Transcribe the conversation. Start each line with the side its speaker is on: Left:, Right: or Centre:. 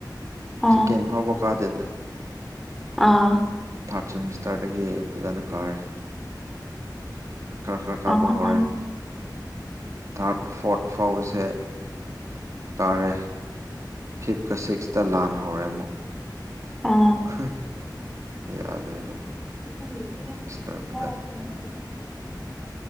Centre: ꯑꯣ
Right: ꯁꯦꯀꯦꯟ ꯐꯥꯎꯕ ꯀꯥꯗꯦꯗ
Centre: ꯑꯥ
Right: ꯊꯥꯔꯠ ꯁꯦꯃꯤꯁꯇꯔꯗꯒꯤ ꯐꯖꯅ ꯀꯥꯔꯦ ꯈꯔ ꯈꯔ ꯀꯥꯕ
Centre: ꯑꯥ
Right: ꯍꯧꯔꯦ ꯊꯥꯔꯠ ꯐꯣꯔꯠ ꯐꯥꯎꯕꯁꯦ ꯀꯥꯔꯦ ꯐꯤꯞꯀꯥ ꯁꯤꯛꯁꯇꯥ ꯂꯥꯟ ꯍꯧꯔꯦ ꯑꯃꯨꯛ
Centre: ꯑꯥ ꯑꯥ
Right: ꯍꯥ ꯌꯥꯗ꯭ꯔꯦ ꯑꯗꯨꯒꯤ
Centre: <inaudible>
Right: ꯁꯤꯛꯁ ꯂꯣꯏꯕꯗ